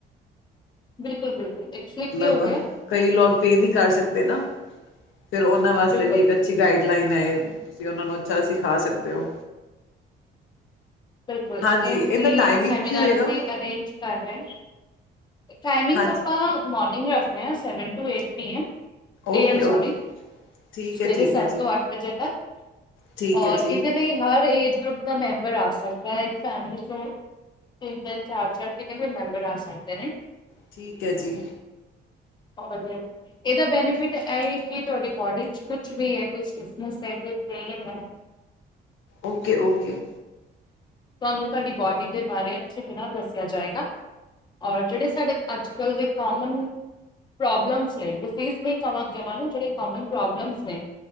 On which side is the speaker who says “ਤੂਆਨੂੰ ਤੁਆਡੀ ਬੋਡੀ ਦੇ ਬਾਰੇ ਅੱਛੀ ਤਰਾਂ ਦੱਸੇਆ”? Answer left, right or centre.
Left